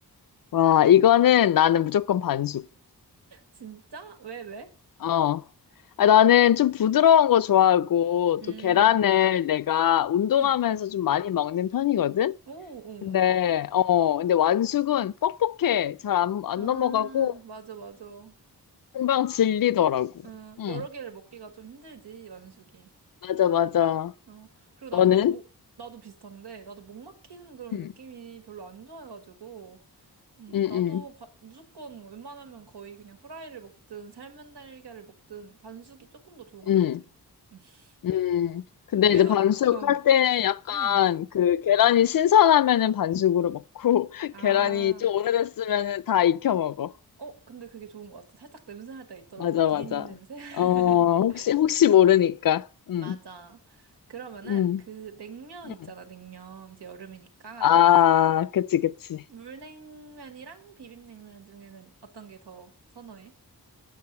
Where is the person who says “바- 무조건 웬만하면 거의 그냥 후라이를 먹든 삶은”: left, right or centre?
Right